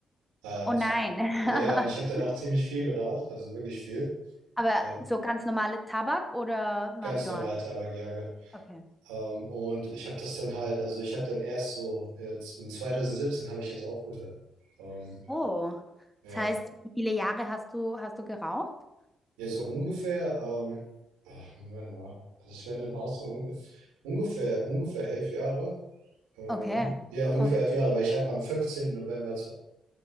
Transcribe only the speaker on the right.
Äh,
zu,
ja, und ich habe dann auch ziemlich viel geraucht, also wirklich viel.
Äh,
ganz normaler Tabakjäger.
Ähm, und ich habe das dann halt, also ich habe dann erst so, jetzt in 2017 habe ich erst aufgehört. Ähm,
ja,
ja, so ungefähr, ähm, ach, Moment mal, das wären dann auch so unge- ungefähr, ungefähr elf Jahre. Äh,
ja, ungefähr
elf Jahre, weil ich habe am fünfzehnten November